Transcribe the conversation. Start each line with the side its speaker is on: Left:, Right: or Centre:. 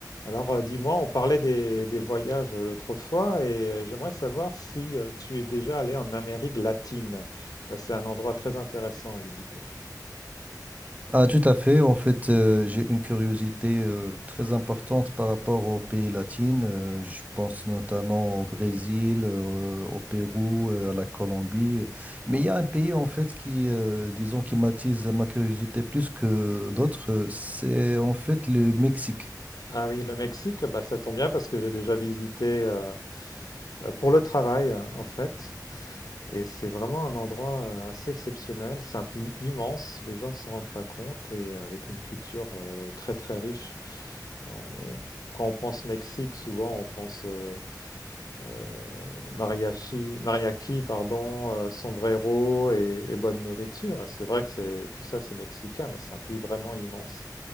Left: Alors, euh, dis-moi, on parlait des, des voyages euh, l'autre fois et euh, j'aimerais savoir si euh, tu es déjà allé en Amérique latine. Euh, C'est un endroit très intéressant à visiter.
Right: Ah, tout à fait. En fait, euh, j'ai une curiosité euh, très importante par rapport aux pays latins. Euh, je pense notamment au Brésil, euh, au Pérou, euh, à la Colombie. Mais
Left: Ouais.
Right: il y a un pays, en fait, qui, euh, disons, qui m'attise ma curiosité plus que d'autres. euh, C'est, en fait, le Mexique.
Left: Ah oui, le Mexique, bah, ça tombe bien parce que j'ai déjà visité euh, euh, pour le travail, hein, en fait. Et c'est vraiment un endroit euh, assez exceptionnel. C'est un pays immense, les gens ne s'en rendent pas compte et euh, avec une culture euh, très très riche. Et on- quand on pense Mexique, souvent on pense euh, euh, mariachi, mariachi, pardon, euh, sombrero et, et bonne nourriture. Et C'est vrai que c'est tout ça, c'est mexicain, mais c'est un pays vraiment immense.